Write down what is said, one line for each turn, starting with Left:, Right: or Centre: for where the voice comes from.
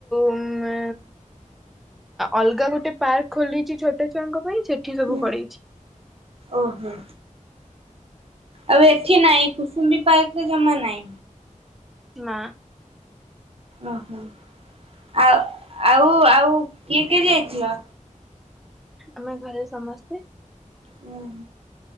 Centre: ଉମ ଅଲଗା ଗୋଟେ ପାର୍କ ଖୋଲିଛି ଛୋଟ ଛୁଆଙ୍କ ପାଇଁ ସେଠି ସବୁ
Right: ହୁଁ
Centre: ପଳେଇଛି।
Right: ଓହୋ ଆଉ ଏଠି ନାଇଁ କୁସୁମ୍ବି ପାର୍କ। ଜମା ନାଇ।
Centre: ନା।
Right: ଓହୋ ଆଉ। ଆଉ ଆଉ କିଏ କିଏ ଯାଇଥିଲ।
Centre: ଆମେ ଘରେ ସମସ୍ତେ।
Right: ଓ ହୋ